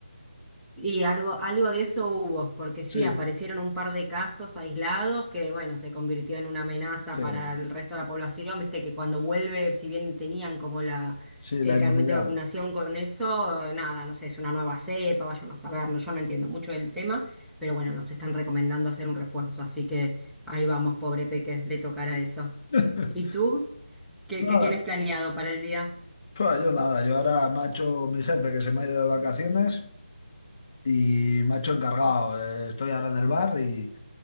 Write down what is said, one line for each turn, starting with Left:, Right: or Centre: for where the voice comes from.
Centre: Y algo, algo de eso hubo, porque sí,
Left: Sí,
Centre: aparecieron un par de casos aislados que, bueno, se convirtió en una amenaza
Left: sí,
Centre: para el resto de la población, viste que cuando vuelve, si bien tenían como la,
Left: sí,
Centre: el
Left: la
Centre: carnet
Left: inmunidad.
Centre: de vacunación con eso, eh, nada, no sé, es una nueva cepa, vayan a saber, no, yo no entiendo mucho del tema, pero bueno, nos están recomendando hacer un refuerzo, así que ahí vamos, pobre Peque, le tocará eso.
Left: <laughs>
Centre: ¿Y tú? ¿Qué,
Left: Nada,
Centre: qué tienes planeado para el día?
Left: pues yo nada, yo ahora macho mi jefe que se me ha ido de vacaciones y macho encargado, eh, estoy ahora en el bar y,